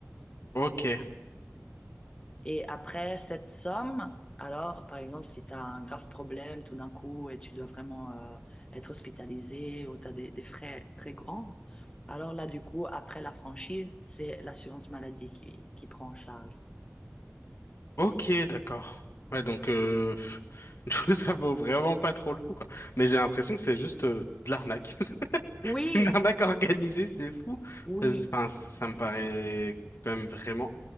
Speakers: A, on the left; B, on the left.
A: ok.
B: Et après cette somme, alors, par exemple, si tu as un grave problème tout d'un coup et tu dois vraiment euh, être hospitalisé ou tu as des, des frais très grands, alors là, du coup, après la franchise, c'est l'assurance maladie qui, qui prend en charge.
A: Ok, d'accord. Ouais, donc euh, pff, <laughs> du coup, ça vaut vraiment pas trop le coup, quoi. Mais j'ai l'impression que c'est juste euh, de l'arnaque. <laughs>
B: Oui,
A: Une arnaque organisée, c'est fou.
B: oui,
A: Parce- Enfin, ça me paraît quand même vraiment